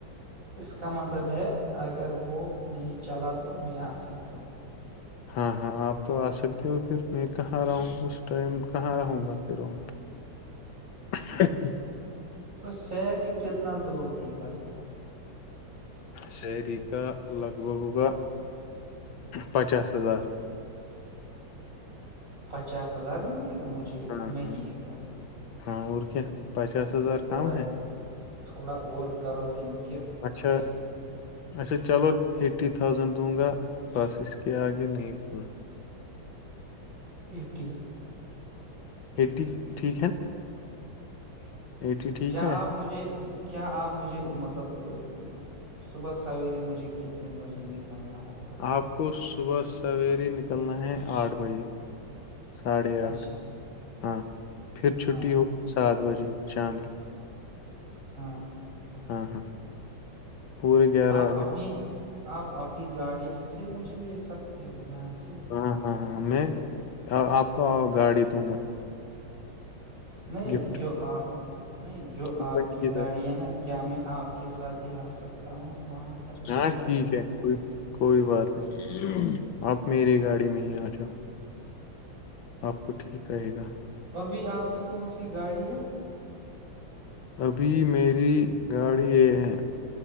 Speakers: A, on the right; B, on the left.
A: اس کا مطلب ہے اگر وہ نہیں چلا تو میں آ سکتا ہوں
B: ہاں ہاں آپ تو آ سکتے ہو پھر میں کہاں رہوں اس ٹائم کہاں رہوں گا پھر وہاں <unintelligible>
A: تو سیری کتنا دوگی لگ بھگ <unintelligible>
B: سیری کا لگ بھگ ہوگا پچاس ہزار
A: پچاس ہزار ملے گا مجھے
B: ہاں
A: مہینے
B: ہاں
A: کا <unintelligible>
B: ہاں اور کیا پچاس ہزار
A: تھوڑا
B: کم ہے
A: تھوڑا اور کرو کیونکہ
B: اچھا
A: ابھی
B: اچھا چلو ایٹی تھاؤزینڈ دوں گا بس اس کے آگے نہیں پا
A: ایٹی
B: ہیٹی ٹھیک ہے <unintelligible> ٹھیک
A: کیا
B: ہے
A: آپ مجھے کیا آپ مجھے مطلب <unintelligible> صبح سویرے مجھے کتنے بجے نکلنا ہوگا
B: آپ کو صبح سویرے نکلنا ہے آٹھ بجے ساڑھے آٹھ
A: اچھا
B: ہاں پھر چھٹی
A: ہاں
B: ہو سات بجے شام کے
A: ہاں <unintelligible>
B: ہاں ہاں <unintelligible> پورے گیارہ
A: آپ
B: گھنٹے
A: اپنی آپ اپنی گاڑی سے مجھے لے سکتے ہو یہاں سے
B: ہاں ہاں ہاں میں آپ کو گاڑی دوں گا
A: نہیں
B: گفٹ
A: جو آپ نہیں جو
B: کمپنی
A: آپ کی گاڑی
B: طرف
A: ہے نا کیا میں آپ کے ساتھ ہی آ سکتا ہوں وہاں <unintelligible>
B: ہاں
A: کمپلیکس
B: ٹھیک ہے
A: تک
B: کوئی کوئی بات نہیں آپ میری گاڑی میں ہی آ جاؤ <unintelligible> آپ کو ٹھیک رہے گا
A: ابھی آپ کی کون سی گاڑی ہے
B: ابھی میری گاڑی یہ ہے